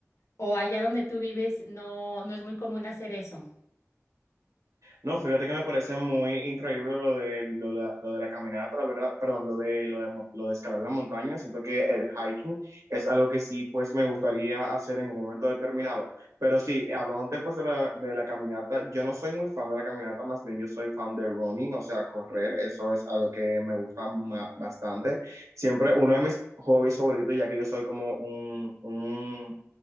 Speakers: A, on the left; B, on the right.
A: o allá donde tú vives no, no es muy común hacer eso?
B: No, fíjate que me parece muy increíble lo de, lo de, lo de la caminata, la verdad, perdón, lo de, lo de, mo- lo de escalar la montaña. Siento que el hiking es algo que sí, pues me gustaría hacer en un momento determinado. Pero sí, hablando pues de la, de la caminata, yo no soy muy fan de la caminata, más bien yo soy fan de running, o sea, correr, eso es algo que me gusta ma- bastante. Siempre uno de mis hobbies favoritos, ya que yo soy como un, un